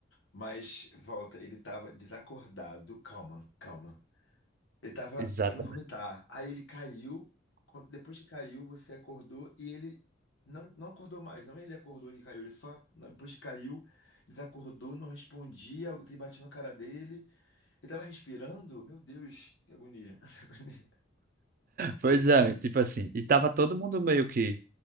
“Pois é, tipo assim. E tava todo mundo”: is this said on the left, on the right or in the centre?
Right